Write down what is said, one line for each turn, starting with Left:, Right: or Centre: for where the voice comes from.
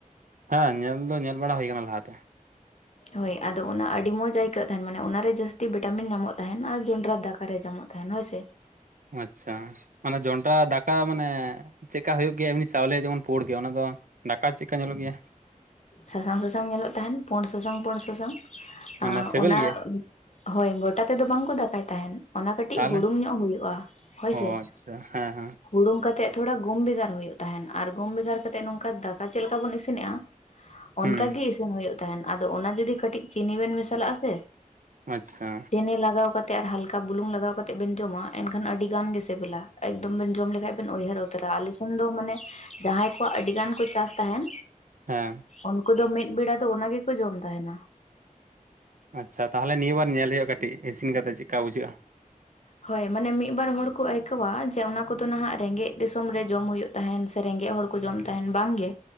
Right: ᱦᱮᱸ ᱧᱮᱞ ᱫᱚ ᱧᱮᱞ ᱵᱟᱲᱟ ᱦᱩᱭ ᱟᱠᱟᱱᱟ ᱞᱟᱦᱟ ᱛᱮ
Left: ᱦᱳᱭ ᱟᱫᱚ ᱚᱱᱟ ᱟᱹᱰᱤ ᱢᱚᱡᱽ ᱟᱹᱭᱠᱟᱹᱜ ᱛᱟᱦᱮᱱ ᱢᱟᱱᱮ ᱚᱱᱟ ᱨᱮ ᱡᱟᱹᱥᱛᱤ ᱵᱷᱤᱴᱟᱢᱤᱱ ᱧᱟᱢᱚᱜ ᱛᱟᱦᱮᱱ ᱟᱨ ᱡᱚᱸᱰᱨᱟ ᱫᱟᱠᱟ ᱨᱮ ᱧᱟᱢᱚᱜ ᱛᱟᱦᱮᱱ ᱦᱳᱭ ᱥᱮ
Right: ᱟᱪᱪᱷᱟ ᱾ ᱢᱟᱱᱮ ᱡᱚᱱᱰᱨᱟ ᱫᱟᱠᱟ ᱢᱟᱱᱮ ᱪᱮᱫᱠᱟ ᱦᱩᱭᱩᱜ ᱜᱮᱭᱟ ᱮᱢᱱᱤ ᱪᱟᱣᱞᱮ ᱡᱮᱢᱚᱱ ᱯᱩᱲ ᱜᱮᱭᱟ ᱚᱱᱟ ᱫᱚ ᱫᱟᱠᱟ ᱪᱮᱼᱠᱟ ᱧᱮᱞᱚᱜ ᱜᱮᱭᱟ?
Left: ᱥᱟᱥᱟᱝ ᱥᱟᱥᱟᱝ ᱧᱮᱞᱚᱜ ᱛᱟᱦᱮᱱ ᱯᱩᱲ ᱥᱟᱥᱟᱝ ᱯᱩᱲ ᱥᱟᱥᱟᱝ
Right: ᱢᱟᱱᱮ ᱥᱤᱵᱤᱞ
Left: ᱚᱱᱟ
Right: ᱜᱮᱭᱟ
Left: ᱦᱳᱭ ᱜᱚᱴᱟ ᱛᱮᱫᱚ ᱵᱟᱝᱠᱚ ᱫᱟᱠᱟᱭ ᱛᱟᱦᱮᱱ ᱚᱱᱟ ᱠᱟᱹᱴᱤᱡ
Right: ᱛᱟᱦᱚᱞᱮ
Left: ᱦᱩᱲᱩᱝ ᱧᱚᱜ ᱦᱩᱭᱩᱜᱳᱼᱟ ᱾ ᱦᱳᱭ
Right: ᱚ
Left: ᱥᱮ ᱾
Right: ᱟᱪᱪᱷᱟ ᱦᱮᱸ ᱦᱮᱸ ᱾
Left: ᱦᱩᱲᱩᱝ ᱠᱟᱛᱮ ᱛᱷᱚᱲᱟ ᱜᱩᱢ ᱵᱷᱮᱜᱟᱨ ᱦᱩᱭᱩᱜ ᱛᱟᱦᱮᱱ ᱟᱨ ᱜᱩᱢ ᱵᱷᱮᱜᱟᱨ ᱠᱟᱛᱮᱫ ᱱᱚᱝᱠᱟ ᱫᱟᱠᱟ ᱪᱮᱫ ᱞᱮᱠᱟ ᱵᱚᱱ ᱤᱥᱤᱱᱮᱜᱼᱟ᱾ ᱚᱱᱠᱟᱜᱤ
Right: ᱦᱩᱸ
Left: ᱤᱥᱤᱱ ᱦᱩᱭᱩᱜ ᱛᱟᱦᱮᱱ ᱟᱫᱚ ᱚᱱᱟ ᱡᱩᱫᱤ ᱠᱟᱹᱴᱤᱡ ᱪᱤᱱᱤ ᱵᱮᱱ ᱢᱮᱥᱟᱞᱟᱜᱼᱟ ᱥᱮ
Right: ᱟᱪᱪᱷᱟ
Left: ᱪᱤᱱᱤ ᱞᱟᱜᱟᱣ ᱠᱟᱛᱮ ᱟᱨ ᱦᱟᱞᱠᱟ ᱵᱩᱞᱩᱝ ᱞᱟᱜᱟᱣ ᱠᱟᱛᱮ ᱵᱮᱱ ᱡᱚᱢᱟ ᱮᱱᱠᱷᱟᱱ ᱟᱹᱰᱤ ᱜᱟᱱ ᱜᱮ ᱥᱤᱵᱤᱞᱟ ᱮᱠᱫᱚᱢ ᱵᱮᱱ ᱡᱚᱢ ᱞᱮᱠᱷᱟᱱ ᱩᱭᱦᱟᱹᱨ ᱩᱛᱟᱹᱨᱟ ᱟᱞᱮ ᱥᱮᱱ ᱫᱚ ᱢᱟᱱᱮ ᱡᱟᱦᱟᱸᱭ ᱠᱚᱣᱟᱜ ᱟᱹᱰᱤ ᱜᱟᱱ ᱠᱚ ᱪᱟᱥ ᱛᱟᱦᱮᱱ
Right: ᱦᱮᱸ
Left: ᱩᱱᱠᱩ ᱫᱚ ᱢᱤᱫ ᱵᱮᱲᱟ ᱫᱚ ᱚᱱᱟ ᱜᱮᱠᱚ ᱡᱚᱢ ᱛᱟᱦᱮᱱᱟ ᱾
Right: ᱟᱪᱪᱷᱟ ᱾ ᱛᱟᱦᱚᱞᱮ ᱱᱤᱭᱟᱹ ᱵᱟᱨ ᱧᱮᱞ ᱦᱩᱭᱩᱜᱼᱟ ᱠᱟᱹᱴᱤᱡ ᱤᱥᱤᱱ ᱠᱟᱛᱮ ᱪᱮᱼᱠᱟ ᱵᱩᱡᱷᱟᱹᱜᱼᱟ?
Left: ᱦᱳᱭ ᱢᱟᱱᱮ ᱢᱤᱫ ᱵᱟᱨ ᱦᱚᱲ ᱠᱚ ᱟᱹᱭᱠᱟᱹᱣᱟ ᱡᱮ ᱚᱱᱟ ᱠᱚᱫᱚ ᱱᱟᱦᱜ ᱨᱮᱸᱜᱮᱡ ᱫᱤᱥᱚᱢ ᱨᱮ ᱡᱚᱢ ᱦᱩᱭᱩᱜ ᱠᱟᱱᱟ ᱾ ᱛᱟᱦᱮᱱ ᱥᱮ ᱨᱮᱸᱜᱮᱡ ᱦᱚᱲ ᱠᱚ ᱡᱚᱢ ᱛᱟᱦᱮᱱ ᱵᱟᱝ ᱜᱮ᱾